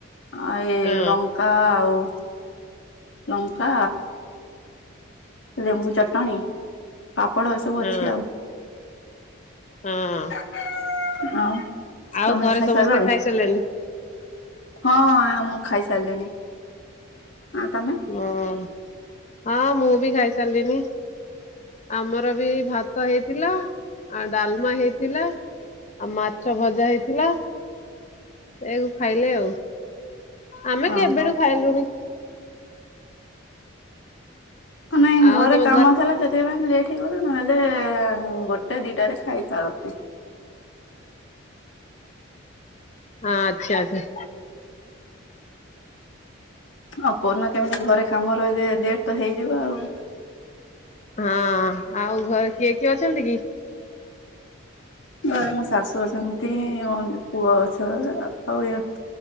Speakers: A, on the left; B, on the left.
A: ଆ ଏଇ
B: ହଁ
A: ଲଙ୍କା ଆଉ ଲଙ୍କା, ଲେମ୍ବୁ ଚଟଣି ପାପଡ ଏ ସବୁ
B: ହଁ
A: ଅଛି ଆଉ।
B: ହଁ।
A: <unintelligible> ଆଉ।
B: ଆଉ
A: ତମେ
B: ଘରେ
A: ଖାଇସାରିଲଣି
B: ସମସ୍ତେ ଖାଇସାରିଲେଣି?
A: ହଁ, ଆ ମୁଁ ଖାଇସାରିଲିଣି। ହଁ ତମେ?
B: ହଁ ହଁ, ମୁଁ ବି ଖାଇସାରିଲିନି। ଆମର ବି ଭାତ ହେଇଥିଲା ଆଉ ଡାଲମା ହେଇଥିଲା ଆଉ ମାଛ ଭଜା ହେଇଥିଲା ସେଇକୁ ଖାଇଲେ ଆଉ। ଆମେ
A: ଓହୋ
B: କେବେଠୁ ଖାଇଲୁନି।
A: କ ନାଇ
B: ଆଉ
A: ଘରେ
B: ତମ
A: କାମ ଥିଲା ସେ ସେମାନେ ଲେଟ୍ ହେଇଗଲା ନହେଲେ ଗୋଟେ ଦିଟା ରେ ଖାଇସାରନ୍ତି।
B: ହଁ, ଆଚ୍ଛା ଆଛା।
A: ଆଉ କନା କେମିତି ଘରେ କାମ ରହିଲେ ଲେଟ ତ ହେଇଯିବ ଆଉ।
B: ହଁ ଆଉ ଘରେ କିଏ କିଏ ଅଛନ୍ତି କି?
A: ଘରେ ମୋ ଶାଶୁ ଅଛନ୍ତି, ମୋ ପୁଅ ଅଛ, ଆଉ ଇଏ।